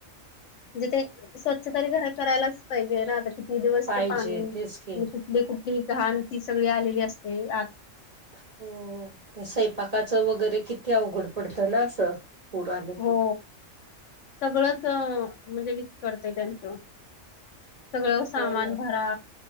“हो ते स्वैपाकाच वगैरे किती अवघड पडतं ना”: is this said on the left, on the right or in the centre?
Right